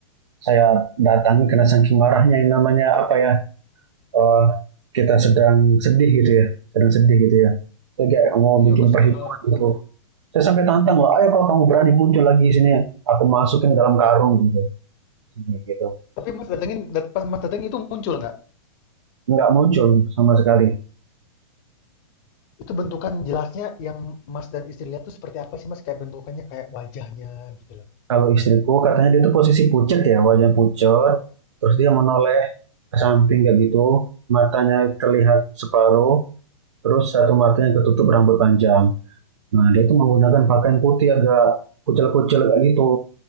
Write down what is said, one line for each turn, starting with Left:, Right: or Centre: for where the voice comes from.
Right: Saya datangi karena saking marahnya yang namanya apa ya eh, kita sedang sedih gitu ya, sedang sedih gitu ya. Saya kayak mau
Left: Iya
Right: bikin
Left: kesel
Right: perhitungan
Left: lah.
Right: gitu. Saya sampai tantang loh, ayo kalau kamu berani muncul lagi di sini, aku masukin dalam karung gitu. gitu.
Left: Tapi Mas datengin, dat- pas Mas datengin itu muncul nggak?
Right: Nggak muncul sama sekali.
Left: Itu bentukan jelasnya yang Mas dan istri lihat tuh seperti apa sih Mas? Kayak bentukannya, kayak wajahnya gitu loh.
Right: Kalau istriku katanya dia tuh posisi pucet ya, wajahnya pucet, terus dia menoleh ke samping kayak gitu, matanya terlihat separuh, terus satu matanya ketutup rambut panjang. Nah, dia itu menggunakan pakaian putih agak kucel-kucel kayak gitu,